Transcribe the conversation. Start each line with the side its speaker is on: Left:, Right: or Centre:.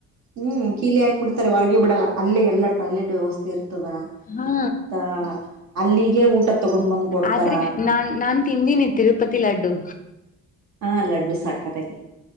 Right: ಹ್ಮ್ ಕೀಲಿ ಹಾಕ್ಬಿಡ್ತಾರೆ ಹೊರಗೆ ಬಿಡಲ್ಲ ಅಲ್ಲೆ ಎಲ್ಲ ಟಾಯ್ಲೆಟ್ ವ್ಯವಸ್ಥೆ ಇರ <unintelligible>
Left: ಹಾ
Right: ಅಲ್ಲಿಗೆ ಊಟ ತಗೊಂಡ್ ಬಂದ್ ಕೊಡ್ತಾರ
Left: ಆದ್ರೆ ನಾನ್ ನಾನ್ ತಿಂದನಿ ತಿರುಪತಿ ಲಡ್ಡು
Right: ಹಾ ಲಡ್ಡು ಸಕ್ಕತ್ತಾಗಿ